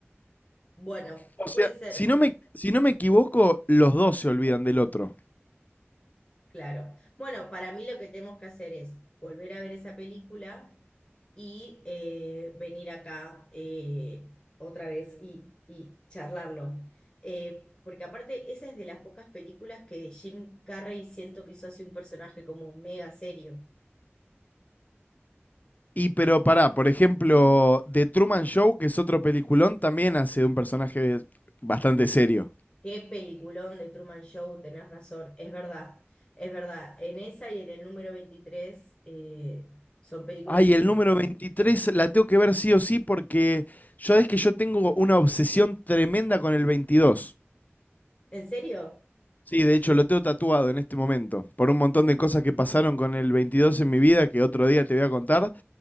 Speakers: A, on the left (about 20°); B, on the left (about 40°).
A: Bueno,
B: O sea,
A: puede ser.
B: si no me, si no me equivoco, los dos se olvidan del otro.
A: Claro. Bueno, para mí lo que tenemos que hacer es volver a ver esa película y eh, venir acá eh, otra vez y, y charlarlo. Eh, porque aparte, esa es de las pocas películas que Jim Carrey siento que hizo así un personaje como mega serio.
B: Y pero pará, por ejemplo, The Truman Show, que es otro peliculón, también hace de un personaje bastante serio.
A: Qué peliculón de Truman Show, tenés razón, es verdad, es verdad. En esa y en el número veintitrés eh, son películas
B: Ay,
A: en...
B: el número veintitrés la tengo que ver sí o sí porque yo es que yo tengo una obsesión tremenda con el 22.
A: ¿En serio?
B: Sí, de hecho lo tengo tatuado en este momento, por un montón de cosas que pasaron con el 22 en mi vida que otro día te voy a contar.